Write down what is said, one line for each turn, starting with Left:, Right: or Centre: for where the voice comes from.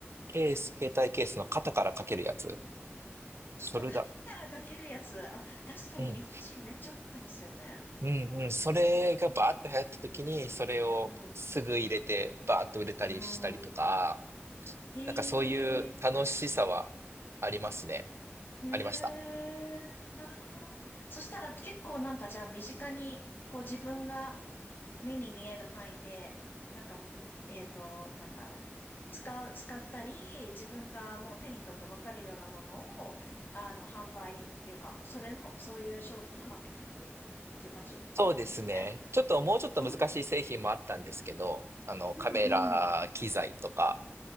Right: ケース、携帯ケースの肩から掛けるやつ。それだ。
Left: あ、カテナかけるやつ。あ、確かに日本人めっちゃ持ってますよね。
Right: うん。うんうん。それがバーッと流行った時に、それをすぐ入れて、
Left: う
Right: バーッと売れたりしたりとか、
Left: ん。うん。へえ。
Right: なんかそういう楽しさはありますね。
Left: へえ、
Right: ありました。
Left: なるほど。そしたら結構なんかじゃあ身近に、こう自分が目に見える範囲で、なんか、えっと、なんだろう。使う、使ったり、自分がもう手に取ってわかるようなものを、あの、販売っていうか、それの、そういう商品のマーケティングっていう感じですね。
Right: そうですね。ちょっともうちょっと難しい製品もあったんですけど、
Left: うん
Right: あの、
Left: うんうん。
Right: カメラ機材とか、